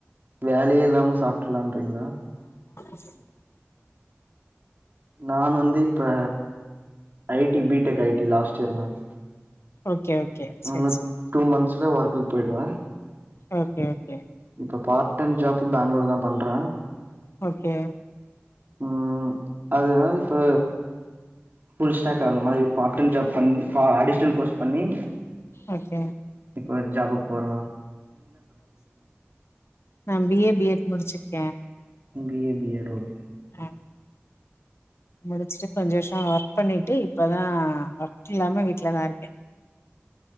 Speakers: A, on the right; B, on the left.
A: வேலயே இல்லாம சாப்ட்ராலாறீங்ளா
B: <unintelligible>
A: நான் வந்தே ப்ப ஐட் B tech I T last year ma'am
B: okay okay
A: நானு
B: செரி செரி
A: டூ மந்த்ஸ்ல ஒர்குக்கு போயிடுவே
B: ஓகே ஓகே
A: ப்ப பார்ட் டைம் ஜாப் பேங்ளூர்லதா பண்றே
B: ஓகே
A: ம் அதனால இப்ப ஃபுல் ஸ்டாக் அந்த மாதிரி பார்டன் ஜாப் க்கன் ஃபார்ம் அடிஷனல் கோர்ஸ் பண்ணி
B: ஓகே
A: இப்போ ஜாபுக்கு போறோ
B: நா பி ஏ பிஎட் முடிச்சே கே
A: B A B Ed okay
B: ஆ முடிச்சுட்டு கொஞ்ச வருஷோ ஒர்க் பண்ணிட்டு இப்பதா ஒர்க் இல்லாம வீட்லதா இருக்கே